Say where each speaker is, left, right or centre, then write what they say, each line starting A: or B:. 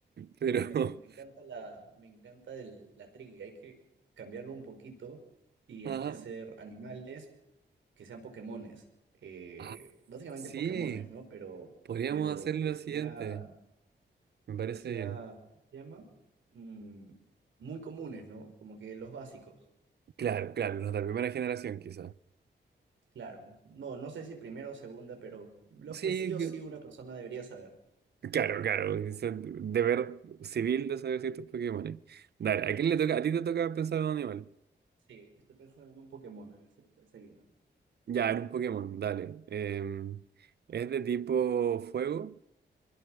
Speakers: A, on the right (about 60°); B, on the right (about 85°).
A: Pero,
B: Mira, me, me encanta la, me encanta el- la trivia. Hay que cambiarlo un poquito y
A: <laughs>
B: hay
A: ajá.
B: que hacer animales que sean Pokémones. Eh,
A: Ah,
B: básicamente
A: sí,
B: Pokémones, ¿no? Pero,
A: podríamos
B: pero
A: hacer lo
B: que sea,
A: siguiente. Me parece
B: que sea,
A: bien.
B: ¿cómo se llama? Mm, muy comunes, ¿no? Como que los básicos.
A: Claro, claro, los de la primera generación quizás.
B: Claro. No, no sé si primera o segunda, pero los
A: Sí,
B: que sí o sí una persona debería saber.
A: Claro, claro, ese deber civil de saber ciertos Pokémones. Dale, ¿a quién le toca? A ti te toca pensar en un animal.
B: Sí, estoy pensando en un Pokémon, a ver si lo puedes seguir. No,
A: Ya, en un Pokémon, dale. Eh, ¿es de tipo fuego?